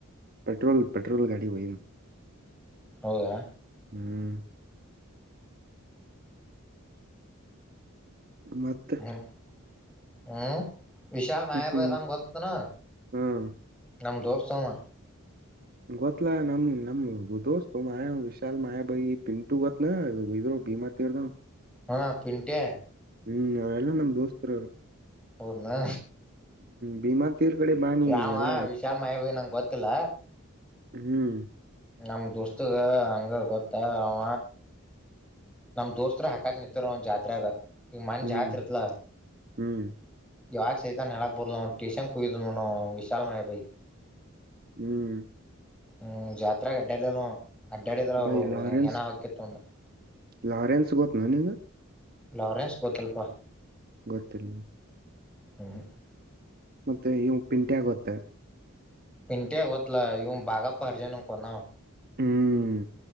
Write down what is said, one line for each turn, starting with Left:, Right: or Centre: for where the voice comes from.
Right: ಪೆಟ್ರೋಲ್ ಪೆಟ್ರೋಲ್ ಗಾಡಿ ವಯಮ
Centre: ಹೌದಾ
Right: ಹ್ಮ್ ಮತ್ತೆ
Centre: ಹ್ಮ್ ಹ್ಮ್ ವಿಶಾಲ್ ಮಾಯ
Right: ಮತ್ತೆ
Centre: ಬದಂಗ ಗೊತ್ತತ್ನ
Right: ಹ್ಮ್
Centre: ನಮ ದೋಸ್ತ್ ಸಮಯ <unintelligible>
Right: ಗೊತ್ತಲಾ ನಮ್ ನಮ್ ಗ ದೋಸ್ ತ ಮಾರ ವಿಶಾಲ್ ಮಾಯಾಬೈ ಪಿಂಟು ಗೊತ್ತನ ಇದ್ ಬಿಮಾ ತರದ
Centre: ಹಾ ಪಿಂಟೆ
Right: ಹ್ಮ್ ಅವರೆಲ್ಲ ನಮ್ಮ್ ದೋಸ್ತರ ಅವರು
Centre: ಅವದನು
Right: ಭೀಮಾ ತೀರ್ ಕಡೆ ಬಾನಿ
Centre: ಯಾವ
Right: ಎಲ್ಲ
Centre: ವಿಶಾಲ ಮಹಬ ನಂಗೆ ಗೊತ್ತ ಕ್ಕಲ
Right: ಹ್ಮ್
Centre: ನಮ ದುಸ್ತಗೆ ಹಂಗ ಗೊತ್ತ ಅವ ನಮ್ ದೋಸ್ತತ್ರ ಹಾಕಾಕ್ ನಿತ್ಾರ ಒನ್ ಜಾತ್ರೆಾಗ ಈಗ ಮನ್
Right: ಹ್ಮ್
Centre: ಜಾತ್ ಇತ್ಲ
Right: ಹ್ಮ್
Centre: ಯಾರ ಸತಾ ನೆಾಬಡಲ ಟೂಷನ್ ಕುಗಿದ ವಿಶಾಲ ಮಳಯಿ
Right: ಹ್ಮ್
Centre: ಹ್ಮ್ ಜಾತ್ರಾಗ ಅಡ್ಡಾಡಲಿಲ್ಲ ಆವಾ ಅಡ್ಡಾಡಿದ್ರ
Right: ಬೈ ಲಾರೆನ್ಸ್
Centre: ಹೆನ ಹೊಕ್ಕಿತ ಅವಂದ
Right: ಲಾರೆನ್ಸ್ ಗೋತನ ನಿಂಗ
Centre: ಲಾರೆನ್ಸ್ ಗೊತ್ತಲ್ಪ
Right: ಗೊತ್ತಿಲ್ಲ
Centre: ಹ್ಮ್
Right: ಮತ್ತೆ ಇವಾ ಪಿಂಟ್ಯಾ ಗೊತ್ತಾ
Centre: ಪಿಂಟ್ಯಾ ಆಗೋತ್ಲ ಇವನ್ ಬಾಗಪ್ಪ ಪರ್ಜನು ಕೊಂದವ
Right: ಹ್ಮ್